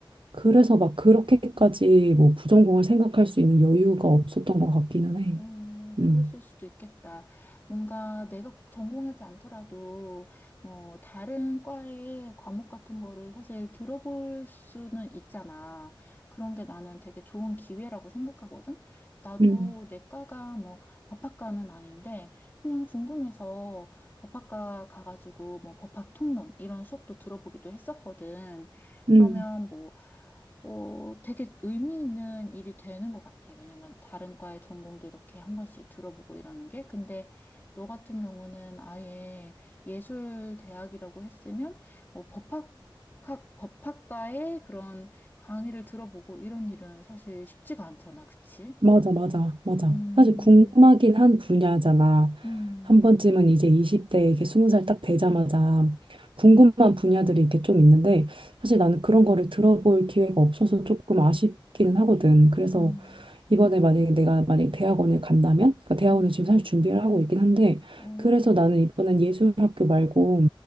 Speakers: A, on the right (about 80°); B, on the left (about 25°).
A: 그래서 막 그렇게까지 뭐 부전공을 생각할 수 있는 여유가 없었던 것 같기는 해.
B: 음,
A: 음.
B: 그랬을 수도 있겠다. 뭔가 내가 꼭 전공하지 않더라도, 어, 다른 과의 과목 같은 거를 사실 들어볼 수는 있잖아. 그런 게 나는 되게 좋은 기회라고 생각하거든? 나도
A: 음.
B: 내 과가 뭐 법학과는 아닌데, 그냥 궁금해서 법학과 가가지고 뭐 법학 통론 이런 수업도 들어보기도 했었거든.
A: 음.
B: 그러면 뭐, 어, 되게 의미 있는 일이 되는 것 같아. 왜냐면 다른 과의 전공도 이렇게 한 번씩 들어보고 이러는 게. 근데 너 같은 경우는 아예 예술대학이라고 했으면 뭐 법학, 학- 법학과의 그런 강의를 들어보고 이런 일은 사실 쉽지가 않잖아. 그치?
A: 맞아, 맞아, 맞아.
B: 음,
A: 사실 궁금하긴 한 분야잖아.
B: 음,
A: 한 번쯤은 이제 20대, 이게 20살 딱 되자마자 궁금한 분야들이 이렇게 좀 있는데, 사실 나는 그런 거를 들어볼 기회가 없어서 조금 아쉽기는 하거든. 그래서
B: 음,
A: 이번에 만약에 내가 만약에 대학원을 간다면, 그러니까 대학원을
B: 음,
A: 지금 사실 준비를 하고 있긴 한데,
B: 어.
A: 그래서 나는 이번엔 예술학교 말고